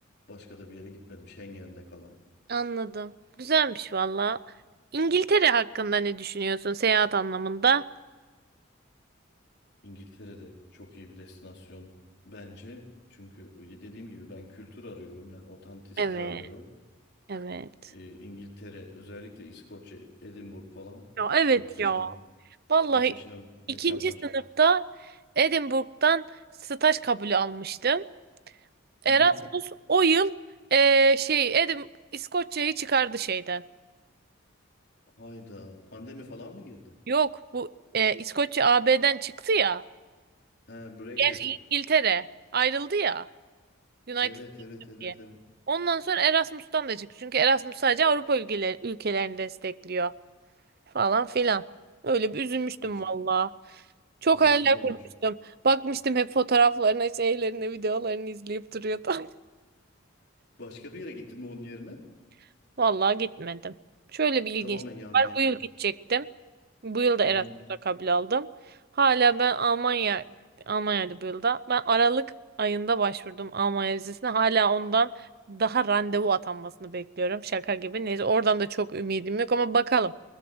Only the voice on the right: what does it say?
Anladım. Güzelmiş valla. İngiltere hakkında ne düşünüyorsun seyahat anlamında?
Evet,
evet.
Ya evet
ya. Vallahi
ikinci sınıfta Edinburgh'dan staj kabulü almıştım. Erasmus
o yıl eee, şey Edim İskoçya'yı çıkardı şeyden.
Yok bu eee, İskoçya AB'den çıktı ya.
Gerçi İngiltere ayrıldı ya United
Kingdom
diye.
Ondan sonra Erasmus'tan da çıktı. Çünkü Erasmus sadece Avrupa ülkeler, ülkelerini destekliyor falan filan. Öyle bir üzülmüştüm
valla. Çok
hayaller
kurmuştum. Bakmıştım hep fotoğraflarına, şeylerine, videolarını izleyip duruyordu.
<laughs> Vallahi gitmedim. Şöyle bir ilginç
var.
Bu yıl gidecektim. Bu yıl da
Erasmus'a
kabul aldım. Hala ben Almanya, Almanya'da bu yılda. Ben Aralık ayında başvurdum Almanya vizesine. Hala ondan daha randevu atanmasını bekliyorum. Şaka gibi. Neyse oradan da çok ümidim yok ama bakalım.